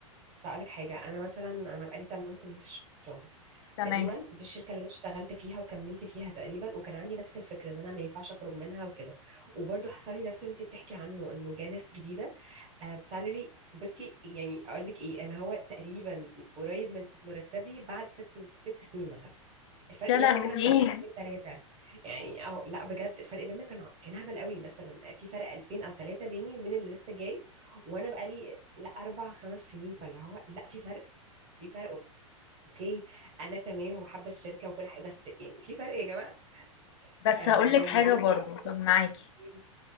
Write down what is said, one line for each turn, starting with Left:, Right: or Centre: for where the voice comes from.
Right: بس أقولك حاجة أنا مثلا أنا بقالي 8 سنين في الشغل
Left: تمام،
Right: وتقريبا دي الشركة اللي أنا اشتغلت فيها وكملت فيها تقريبا وكان عندي نفس الفكرة إن أنا ما ينفعش أخرج منها وكده وبرضه حصل لي نفس اللي أنت بتحكي عنه إنه جه ناس جديدة آه، بسالري بصي يعني أقولك إيه أنا هو تقريبا قريب من مرتبي بعد ست ست سنين مثلا الفرق
Left: يا
Right: بيننا
Left: لهوي!
Right: مثلا كان 2000 3 يعني او لا بجد الفرق بيننا كان ع- كان هبل قوي مثلا في فرق 2000 او 3 بيني وبين اللي لسه جاي وانا بقالي لا اربع خمس سنين فاللي هو لا في فرق في فرق اوكي انا تمام وحابه الشركه وكل حاجه بس يعني في فرق يا جماعه
Left: بس
Right: آه
Left: هاقول
Right: ولما
Left: لِك حاجة
Right: جالي
Left: برضه،
Right: بقى فرصه
Left: طَب معاكِ.
Right: دي